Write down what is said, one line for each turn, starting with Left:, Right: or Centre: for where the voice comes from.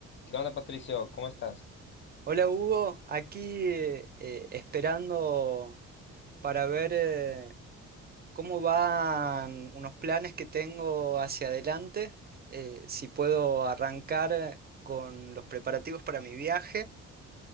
Left: ¿Qué onda, Patricio? ¿Cómo estás?
Right: Hola Hugo, aquí eh, eh, esperando para ver eh, cómo van unos planes que tengo hacia adelante, eh, si puedo arrancar con los preparativos para mi viaje